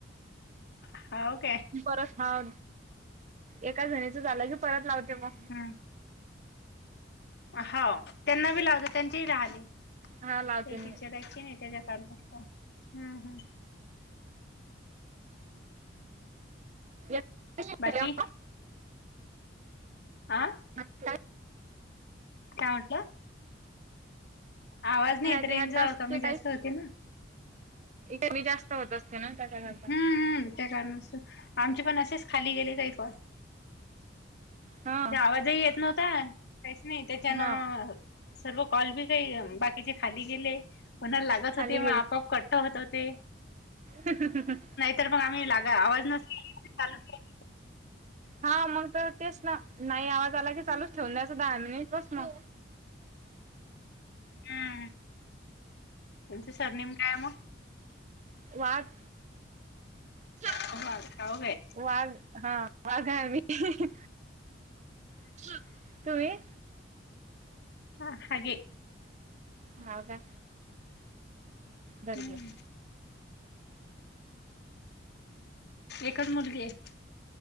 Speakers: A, on the left; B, on the right.
A: हाव काय
B: परत, हा एका जणीच झालं. की परत लावते मग,
A: हां. हाव त्यांना बी लावते त्यांचे ही राहले ते
B: हा लावते मी
A: टीचर आहे की नाही त्याच्या त्याच्या कॉल लागतो हम्म हम्म.
B: येते
A: बाकी
B: जेव्हा
A: आं
B: <unintelligible>
A: काय म्हटलं? आवाज नाही येत
B: राहते,
A: रेंज
B: ह्या टास्कचे
A: वा कमी जास्त होते ना.
B: कमी जास्त होत असते ना त्याच्याकरता.
A: हम्म हम्म त्या कारणास आमचे पण असेच खाली गेले काही कॉल.
B: हा
A: ते आवाजही येत नव्हता. काहीच नाही त्याच्यानं.
B: हा
A: सर्व कॉल बी काही बाकीचे खाली गेले. कोणा लागत
B: खाली
A: होती मग आपोआप कट्ट होत होते.
B: ह ह ह ह
A: तर मग, आम्ही लागा. आवाज नसलं चालूच. <unintelligible>
B: हा मंग तर तेच ना नाही आवाज आला की चालूच ठेवून द्यायचं दहा मिनिट बस म.
A: हम्म त्याचं सरनेेम काय मग?
B: वात <unintelligible>
A: मग ठाऊक आहे
B: वाघ हा वाघ आहे आम्ही. चल तुम्ही
A: आ हा घे
B: हाव का गरगे.
A: हम्म एकच मुलगी आहे.